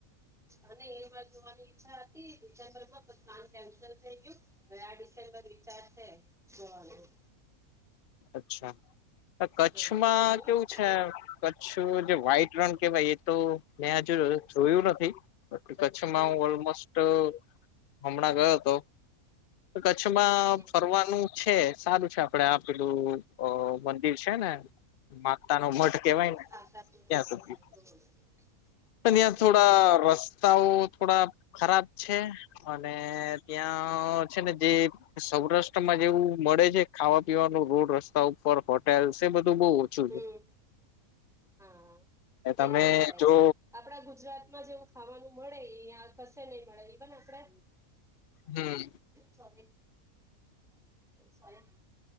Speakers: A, in the centre; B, on the left.
A: અને એમાં જોવાની ઈચ્છા હ ડિસેમ્બરમાં પ્લાન કેન્સલ થઈ ગયું ગયા ડિસેમ્બર વિચારશે જોવાનું.
B: અચ્છા. કચ્છમાં
A: હા તમે જોયું
B: કેવું છે કચ્છ જે વ્હાઈટ. ણ કેવાય એ તો મેં હજુ જોયું નથી. કચ્છમાં
A: હમ
B: ઓલમોસ્ટસ્ટ હમણાં ગયો તો કચ્છમાં
A: હમ હમ હમ
B: ફરવાનું છે સારું છે. આપડે આપ પેલું અ મંદિર છે ને માતાનો મઢ કેવાયને
A: આશાપુરા
B: ત્યાં
A: માતાનું
B: સુધી.
A: જોવાનું.
B: પણ
A: હા
B: ન્યાં
A: હા
B: થોડા રસ્તાઓ થોડા ખરાબ છે. અને ત્યાં છે ને જે સૌરાષ્ટ્રમાં જેવું મળે છે ખાવા તેવા રોડ-રસ્તા ઉપર હોટેલ સે બધી તો બઉ ઓછું
A: હમ
B: છે.
A: હા એ
B: તમે
A: તો છે
B: જો
A: જ. આપડા ગુજરાતમાં જેવું ખાવાનું મળે કશે નઈ મળે. ઇવન આપડે
B: હમ
A: સોરી સોરી.